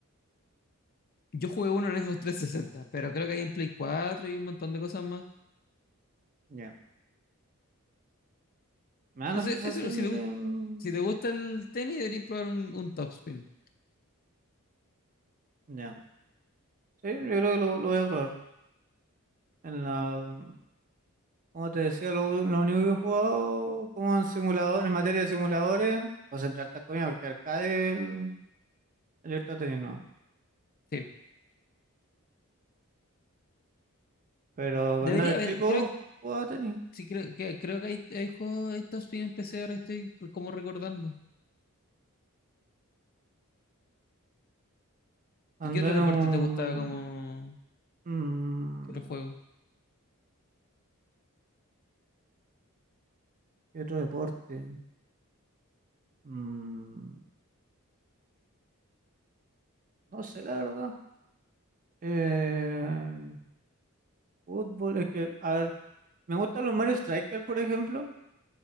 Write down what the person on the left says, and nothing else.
Yo jugué uno en Xbox trescientos sesenta pero creo que hay en Play cuatro y un montón de cosas más.
Ese,
eso si
te
gusta,
si te gusta el tenis, deberías probar un, un topspin.
Sí.
Debería
haber, creo,
sí, creo que creo que hay, hay juegos, hay topspin en PC ahora que estoy como recordando.
¿Y qué otro
deporte
te gusta como
qué otro juego?